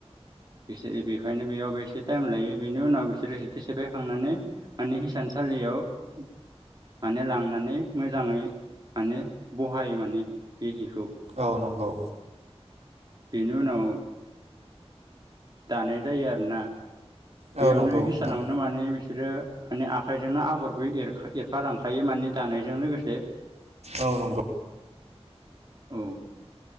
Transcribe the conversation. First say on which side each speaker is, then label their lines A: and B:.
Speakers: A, on the right; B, on the right.
A: बिसोर बेखायनो बेयाव बेसे टायेम लायो बेनि उनाव बिसोरो जेथो सेफायखांनानै माने हिसानसालियाव माने लांनानै मोजाङै माने बहायो माने बि हिखौ
B: औ नंगौ
A: बेनि उनाव दानाय जायो आरोना
B: औ
A: बेयावनो
B: नंगौ
A: हिसानावनो
B: नोंथां
A: माने बिसोरो माने आखाइजोंनो आगरबो एरफालांखायो माने दानायजों लोगोसे
B: औ नंगौ
A: औ